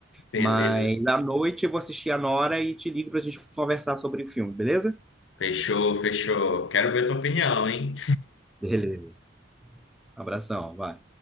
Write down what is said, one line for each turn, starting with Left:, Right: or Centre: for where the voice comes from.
Left: Beleza.
Centre: Mas à noite eu vou assistir a Nora e te ligo para a gente conversar sobre o filme, beleza?
Left: Fechou, fechou. Quero ver a tua opinião, hein?
Centre: Beleza. Abração, vai.